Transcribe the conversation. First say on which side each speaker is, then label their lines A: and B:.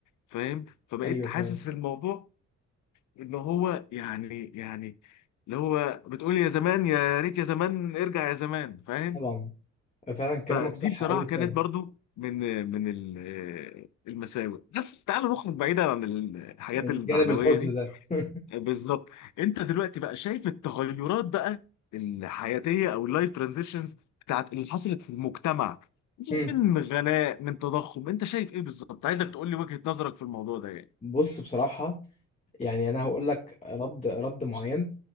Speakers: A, on the left; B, on the left.
A: فاهم فبقيت
B: ايوه
A: حاسس
B: فعلا
A: الموضوع ان هو يعني يعني اللي هو بتقول يا زمان يا ريت يا زمان ارجع يا زمان فاهم
B: طبعا فعلا كلامك
A: فدي
B: صح
A: بصراحه
B: قوي
A: كانت
B: فعلا
A: برضو من من ال- آه، المساوئ بس تعالوا نخرج بعيدا عن الحاجات
B: يعني
A: المعنويه
B: الجانب الحزن
A: دي
B: ده <laughs>
A: بالظبط انت دلوقتي بقى شايف التغيرات بقى الحياتيه او اللايف ترانزيشنز بتاعت اللي حصلت في المجتمع دي
B: هم.
A: من غلاء من تضخم انت شايف ايه بالظبط عايزك تقول لي وجهه نظرك في الموضوع ده يعني
B: بص بصراحة يعني انا هقول لك رد رد معين